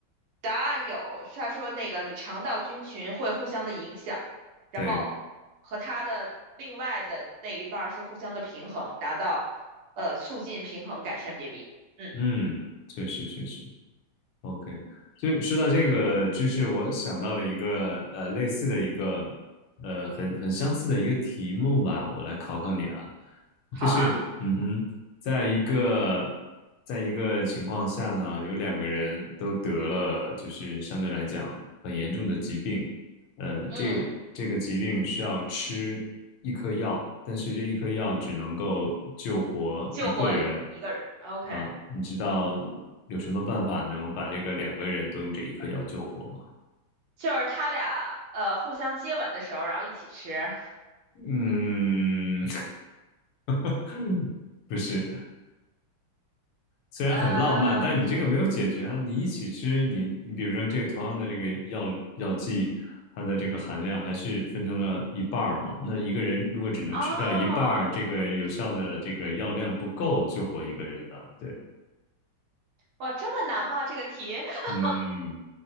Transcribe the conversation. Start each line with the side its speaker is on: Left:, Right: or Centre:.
Right: 答案有，他说那个你肠道菌群会互相的影响，然后和它的另外的那一半儿是互相的平衡，
Left: 对，
Right: 达到呃促进平衡，改善便秘。嗯，
Left: 嗯，确实确实，OK，所以说到这个知识，我想到了一个呃类似的一个呃很很相似的一个题目吧，我来考考你啊，
Right: 好啊，
Left: 就是嗯哼，在一个在一个情况下呢，有两个人都得了就是相对来讲很严重的疾病，呃，
Right: 嗯，
Left: 这这个疾病需要吃一颗药，但是这一颗药只能够救活一个人
Right: 救活一个人，OK，
Left: 啊，你知道有什么办法能把这个两个人都用这一颗药救活吗？
Right: 就是他俩呃互相接吻的时候，然后一起吃，
Left: 嗯，<laughs> 不是。虽然很浪漫，
Right: 呃，
Left: 但你这个没有解决啊。你一起吃，你你比如说这个同样的这个药药剂，它的这个含量还是分成了一半儿嘛。那一个人如果只能吃掉一半儿，
Right: 哦，
Left: 这个有效的这个药量不够救活一个人的。对，
Right: 哇，这么难吗？这个题 <laughs>
Left: 嗯